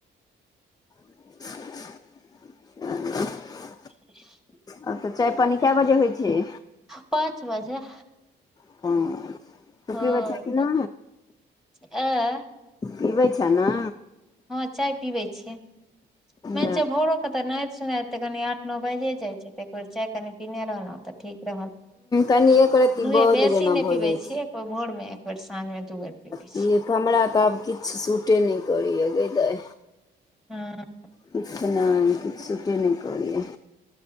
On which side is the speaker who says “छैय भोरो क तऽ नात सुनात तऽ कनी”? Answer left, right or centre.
Centre